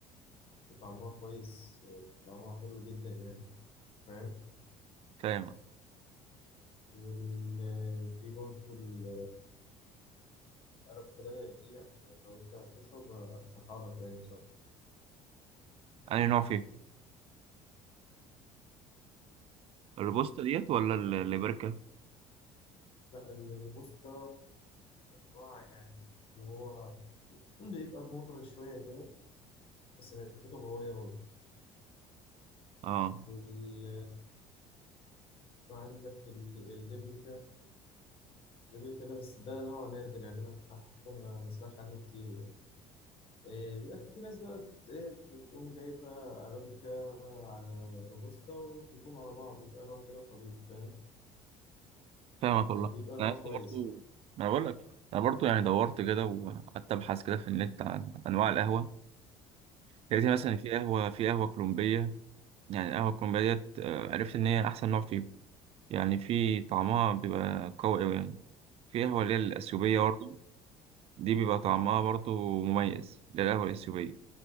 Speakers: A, on the left; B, on the right.
A: طعمها كويس طعمها حلو جدا يعني فاهم
B: فاهم
A: وفي برضه ال- الأرابيكا ده دي يعني لو أنت هتشرب أرشحها لك يعني بصراحة
B: أنا نوع فيه الروبوستا ديت ولا الليبركا؟
A: لا الروبوستا نوع يعني اللي هو بيبقى مر شوية كده بس نكهته قوية برضه
B: اه
A: وال وعندك ال- الليبريكا الليبريكا ده بس ده نوع نادر يعني أنا حتى ما بسمعش عنه كتير يعني. آه، بيبقى في ناس بقى بت- إيه، بتقوم جايبة أرابيكا على روبوستا وتخلطهم على بعض يبقى نوع كده خليط فاهم
B: فاهمك والله
A: آه، بيبقى نوع
B: انا عايز
A: كويس
B: برضو
A: يعني
B: ما انا بقول لك انا برضو يعني دورت كده وقعدت ابحث كده في النت عن انواع القهوه يعني زي مثلا
A: اه
B: في قهوه في قهوه كولومبيه يعني القهوه الكولومبيه ديت آه، عرفت ان هي احسن نوع فيهم يعني في طعمها بيبقى قوي قوي يعني في قهوه اللي هي الاثيوبيه
A: أي
B: برضو دي بيبقى طعمها برضو مميز اللي هي القهوه الاثيوبيه